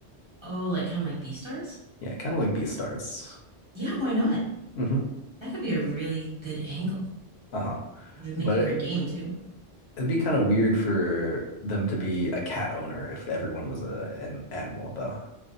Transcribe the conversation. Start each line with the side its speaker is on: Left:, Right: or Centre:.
Right: Oh, like kind of like Beastars?
Left: Yeah, kind of like Beastars.
Right: Yeah, why not?
Left: hmm
Right: That could be a really good angle.
Left: Uh-huh.
Right: It would
Left: But
Right: make a great
Left: it,
Right: game too.
Left: it'd be kind of weird for them to be a cat owner if everyone was a, an animal, though.